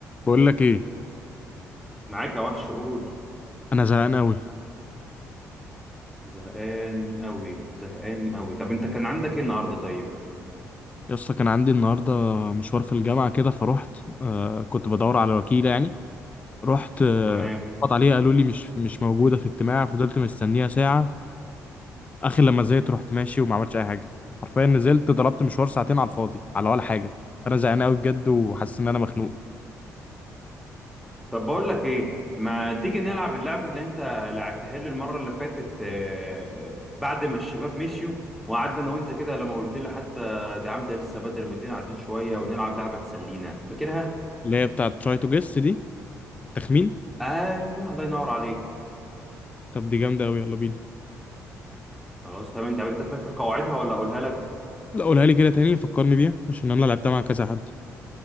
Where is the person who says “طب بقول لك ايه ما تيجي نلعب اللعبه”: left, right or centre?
Centre